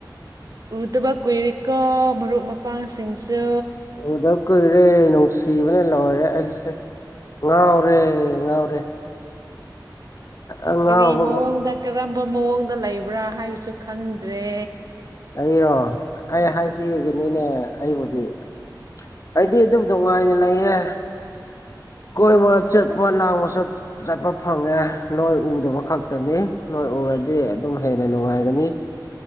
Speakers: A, on the right; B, on the left.
A: ꯎꯗꯕ ꯀꯨꯏꯔꯤꯀꯣ ꯃꯔꯨꯞ ꯃꯄꯥꯡꯁꯤꯡꯁꯨ
B: ꯎꯗꯞ ꯀꯨꯏꯔꯦ ꯅꯨꯡꯁꯤꯕꯅ ꯂꯣꯏꯔꯦ ꯑꯩꯁꯦ ꯉꯥꯎꯔꯦ ꯉꯥꯎꯔꯦ ꯑꯉꯥꯎꯕꯒꯨꯝ
A: ꯀꯔꯤ ꯃꯑꯣꯡꯗ ꯀꯔꯝꯕ ꯃꯑꯣꯡꯗ ꯂꯩꯕ꯭ꯔꯥ ꯍꯥꯏꯕꯁꯨ ꯈꯪꯗ꯭ꯔꯦ
B: ꯑꯩꯔꯣ ꯑꯩ ꯍꯥꯏꯕꯤꯒꯦꯅꯤꯅꯦ ꯑꯩꯕꯨꯗꯤ ꯑꯩꯗꯤ ꯑꯗꯨꯝ ꯅꯨꯡꯉꯥꯏꯅ ꯂꯩꯌꯦ ꯀꯣꯏꯕ ꯆꯠꯄ ꯂꯥꯡꯕ ꯆꯠ ꯆꯠꯄ ꯐꯪꯉꯦ ꯅꯣꯏ ꯎꯗꯕ ꯈꯛꯇꯅꯤ ꯅꯣꯏ ꯎꯔꯗꯤ ꯑꯗꯨꯝ ꯍꯦꯟꯅ ꯅꯨꯡꯉꯥꯏꯒꯅꯤ